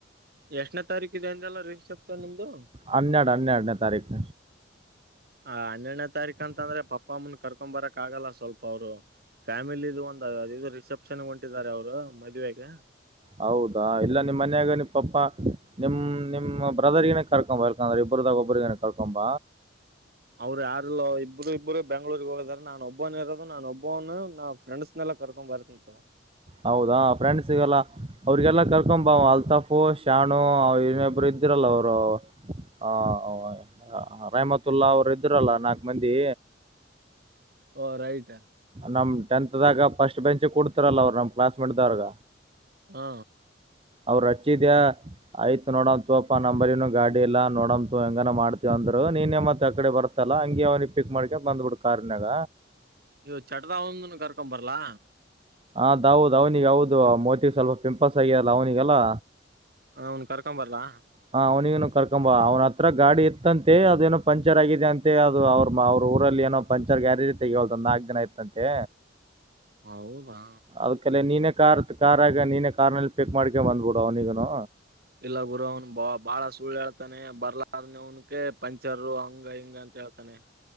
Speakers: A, on the right; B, on the right.
A: ಎಷ್ಟನೇ ತಾರೀಕು ಇದೆ ಅಂದಲ್ಲ ರೀಫ್ ಸೆಪ್ತ ನಿಮ್ದು.
B: ಹನ್ನೆರಡು ಹನ್ನೆರಡುನೆ ತಾರೀಕು.
A: ಹ ಹನ್ನೆರಡನೇ ತಾರೀಕ ಅಂದ್ರೆ ಪಪ್ಪ ಅಮ್ಮನ್ ಕರ್ಕೊ ಬರಕ್ ಆಗಲ್ಲ ಸ್ವಲ್ಪ ಅವ್ರು ಫ್ಯಾಮಿಲಿ. ಇ ಒಂದ ಇದು ರಿಸೆಪ್ಷನ್ ಹೊಂಟಿದ್ದಾರೆ ಅವರು ಮದುವೆಗೆ.
B: ಹೌದಾ ಇಲ್ಲ ನಿಮ್ಮ ಮನೆಯಾಗ ನಿಮ್ಮ ಪಪ್ಪ. ನಿಮ್ ನಿಮ್ಮ್ ಬ್ರದರ್ಗನೇ ಕರ್ಕೊಂಬ ಎಲ್ಕಂದ್ರ ಇಬ್ಬ್ರದಾಗ ಒಬ್ಬ್ರಗನ ಕರ್ಕೊಂಬ.
A: ಅವ್ರು ಯಾರೀಲ್ಲೋ ಇಬ್ಬರು ಇಬ್ಬರು ಬೆಂಗಳೂರಿಗೆ ಹೋಗದಾರ ನಾನ ಒಬ್ಬನು ಇರೋದು ನಾನುಬ್ಬನು ನಾ ಫ್ರೆಂಡ್ಸ್. ಕರಕೊಂಡು ಬರ್ತೀನಿ ಬಿಡು.
B: ಹೌದಾ ಫ್ರೆಂಡ್ಸ್ಗಲ್ಲ. ಅವ್ರಿಗೆಲ್ಲ ಕರ್ಕೊಬಾ ಅಲ್ತಾಫು ಶಾನು ಅವ ಇನ್ನೊಬ್ಬರು ಇದ್ದಿರಲ್ಲ ಅವರು. ಹ ರೆಹಮಾತುಲ್ಲ ಅವರು ಇದ್ರಲ್ಲ ನಾಕ್ ಮಂದಿ
A: ಓ ರೈಟ್.
B: ನಮ್ ಟೆಂತ್ದಾಗ ಫಸ್ಟ್ ಬೆಂಚ್ ಕೊಡ್ತಿರಲ್ಲ ಅವ್ ನಮ್ಮ ಕ್ಲಾಸ್ ಮೇಟ್ದಾಗ.
A: ಹಾ.
B: ಅವ್ರ ಅಜ್ಜಿದೆ. ಆಯ್ತ್ ನೋಡೋಣ ತಕೊಪ್ಪ ನಂಬರ್ನು ಗಾಡಿ ಎಲ್ಲಾ ನೋಡಂತು ಹೆಂಗನ ಮಾಡ್ತವ ಅಂದ್ ನೀನೇ ಮತ್ ಆಕಡೆ ಬರ್. ಇತ್ತಲ್ಲಾ ಹಂಗೆ ಅವನಿಗೆ ಪಿಕ್ ಮಾಡ್ಕೆಕೊಂಡು ಬಂದ್ಬಿಡ್ ಕಾರ್ನಾಗ.
A: ಇವು ಚಟಒಂದನು ಕರ್ಕೊ ಬರ್ಲ್ಲಾ.
B: ಅದೌದು ಅವ್ನಿಗೆ ಹೌದು ಮೋತಿವ್ ಸ್ವಲ್ಪ ಪಿಂಪಲ್ಸ್ ಆಗ್ಯಲ್ಲ ಅವ್ನಿಗೆಲ್ಲಾ.
A: ಅವನ್ ಕರ್ಕೊಂಬರ್ಲ್ಲಾ.
B: ಹಾ ಅವ್ನಿನು ಕರ್ಕೊಂಬ ಅವ್ನ ಹತ್ರ ಗಾಡಿ ಇತ್ತಂತೆ ಅದೇನು ಪಂಚರ್ ಆಗಿದೆ ಅಂತೆ ಅದು ಅವ್ರ. ಮ್ಮ ಅವ್ರ ಊರಲ್ಲಿ ಏನೋ ಪಂಚರ್ ಗ್ಯಾರೇಜ್ ತೆಗವದ ನಾಲ್ಕು ದಿನ ಐತ್ತಂತೆ.
A: ಹೌದಾ
B: ಅದಕಲೆ ನೀನೇ ಕಾರ್ ಕಾರ್. ಈಗ ನೀನೇ ಕಾರ್ ನಲ್ಲಿ ಪಿಕ್ ಮಾಡ್ಕೊಂಡ ಬಂದ್ಬಿಡು ಅವನಿಗನು.
A: ಎಲ್ಲ ಗುರು ಅವ್ನು ಬಾಪ. ಬಾಳ ಸುಳ್ಳು ಹೇಳ್ತಾನೆ ಬರ್ಲಾರನವನಕ ಪಂಚರ್ ಹಂಗ ಹಿಂಗ ಅಂತ ಹೇಳ್ತಾನೆ.